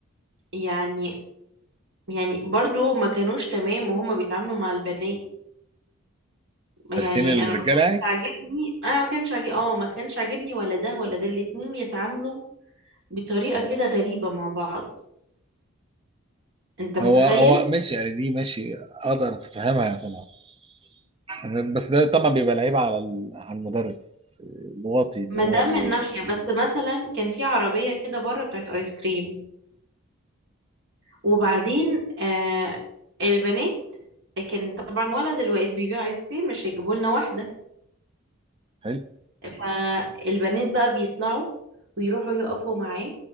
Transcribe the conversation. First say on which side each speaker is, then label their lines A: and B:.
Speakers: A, on the right; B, on the right.
A: يعني يعني برضو ما كانوش تمام وهما بيتعاملوا مع البنات يعني
B: دارسين الرجاله
A: انا ما كانش
B: يعني
A: عاجبني انا ما كانش عاجبني اه ما كانش عاجبني ولا ده ولا ده الاتنين بيتعاملوا بطريقة كده غريبة مع بعض انت متخيل
B: هو هو ماشي يعني دي ماشي اقدر اتفهمها يعني طبعا أنا- بس ده طبعا بيبقى لعيب على ال- على المدرس الواطي ان
A: ما
B: هو
A: ده
B: بي
A: من ناحية بس مثلا كان في عربية كده بره بتاعت ايس كريم وبعدين آه البنات كان طبعا ولد اللي واقف بيبيع ايس كريم مش هيجيبوا لنا واحدة
B: حلو
A: فالبنات بقى بيطلعوا ويروحوا يقفوا معاه